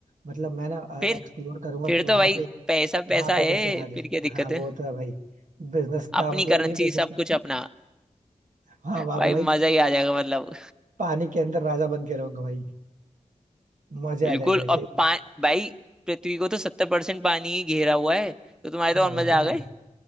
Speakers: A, on the right; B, in the centre.
A: मतलब मैं ना
B: फिर
A: एक्सप्लोर करूंगा
B: फिर
A: कि वहां
B: तो भाई
A: पे
B: पैसा
A: वहां
B: पैसा
A: पे
B: है
A: कैसे रहा जा
B: फिर
A: सकता
B: क्या
A: है
B: दिक्कत
A: हाँ वो
B: है
A: तो है भाई बिजनेस का
B: अपनी
A: मतलब
B: करेंसी
A: ये बिजनेस
B: सब
A: <laughs>
B: कुछ अपना
A: हाँ वहां
B: भाई
A: पे भाई
B: मजा ही आ जाएगा मतलब
A: पानी के अंदर राजा बन के रहोगे भाई मजे
B: बिल्कुल
A: आ जाएंगे वैसे
B: और
A: ही
B: पा भाई पृथ्वी को तो सत्तर परसेंट पानी ही घेरा हुआ है तो तुम्हारे
A: हाँ
B: तो और
A: वो
B: मजा
A: तो है
B: आ गए